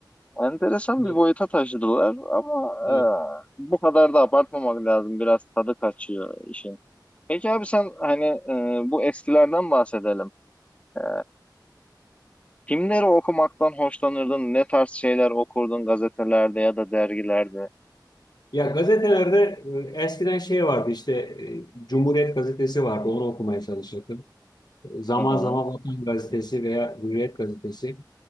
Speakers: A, on the left; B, on the left.
A: Enteresan
B: Evet.
A: bir boyuta taşıdılar ama
B: evet.
A: e, bu kadar da abartmamak lazım. Biraz tadı kaçıyor işin. Peki abi sen hani e, bu eskilerden bahsedelim. E, kimleri okumaktan hoşlanırdın? Ne tarz şeyler okurdun gazetelerde ya da dergilerde?
B: Ya gazetelerde e, eskiden şey vardı işte e, Cumhuriyet gazetesi vardı onu okumaya çalışırdım. Zaman
A: Hı hı.
B: zaman Vatan gazetesi veya Hürriyet gazetesi.